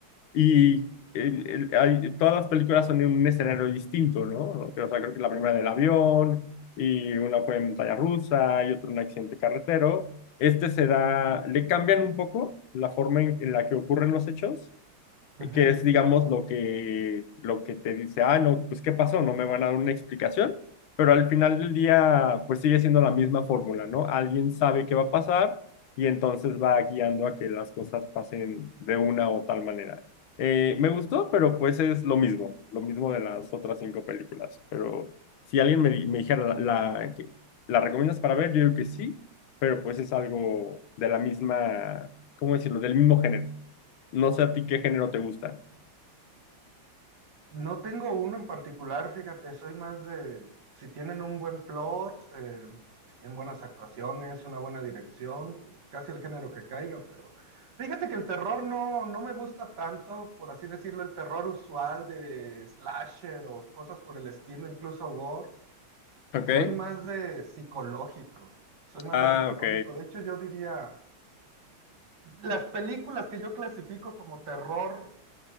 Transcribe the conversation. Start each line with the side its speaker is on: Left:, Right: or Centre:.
Left: y el- el- hay- todas las películas son en un escenario distinto, ¿no? O sea, creo que la primera del avión, y una fue en montaña rusa, y otra en un accidente carretero. Este será, le cambian un poco la forma en, en la que ocurren los hechos,
Right: Ujú.
Left: que es, digamos, lo que, lo que te dice, ah, no, pues ¿qué pasó? No me van a dar una explicación, pero al final del día, pues sigue siendo la misma fórmula, ¿no? Alguien sabe qué va a pasar y entonces va guiando a que las cosas pasen de una o tal manera. Eh, me gustó, pero pues es lo mismo, lo mismo de las otras cinco películas, pero si alguien me, di- me dijera, la, la, que- ¿la recomiendas para ver? Yo digo que sí, pero pues es algo de la misma, ¿cómo decirlo? Del mismo género. No sé a ti qué género te gusta.
Right: No tengo uno en particular, fíjate, soy más de si tienen un buen plot, eh, si tienen buenas actuaciones, una buena dirección, pues casi el género que caiga, pero fíjate que el terror no, no me gusta tanto, por así decirlo, el terror usual de slasher o cosas por el estilo, incluso gore.
Left: Ok.
Right: Soy más de psicológico, soy más
Left: Ah,
Right: de psicológico.
Left: ok.
Right: De hecho, yo diría, las películas que yo clasifico como terror.